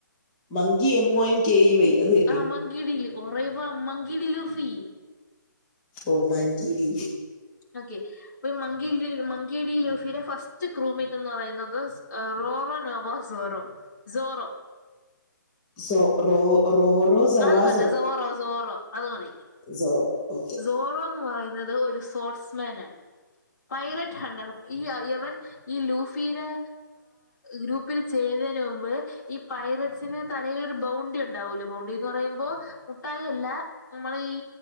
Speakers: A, on the left (about 20°); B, on the left (about 65°).
A: Monkey, M O N, K, E, Y. അത് തന്നെ
B: ആ, മങ്കിടിൽ, ഒറേവ, മങ്കിടി, ലൂഫീ.
A: ഓ, മൻ, കി, ഡി
B: ഓക്കെ, അപ്പൊ, ഈ മങ്കി, ഡി, ലൂഫിയുടെെ, ഫസ്റ്റ് ക്രൂമേറ്റ്, എന്ന്, പറയുന്നത്, റോറോ, Nova, Zoro. Zoro.
A: Zoro റോറോ സവാ
B: അതുതന്നെ, സോറോ, സോറോ. അത്, മതി,
A: സോറോ ഓക്കെ
B: സോറോന്ന്, പറയുന്നത്, ഒരു, സോർട്സ്മാൻ, ആണ് പൈററ്റ്, ഹണ്ടർ, ഈ, യവൻ, ഈ, ലൂഫിടെ, ഗ്രൂപ്പിൽ, ചേ തിനന്, മുമ്പ്, ഈ, പൈററ്റ്സിന്, തലൈൽ, ഒരു, ബൗണ്ടി, ഉണ്ടാവൂല്ലോ, ബൗണ്ടിന്ന്, പറയുമ്പോ, മുട്ടായി, അല്ല ല്ല, നമ്മള, ഈ,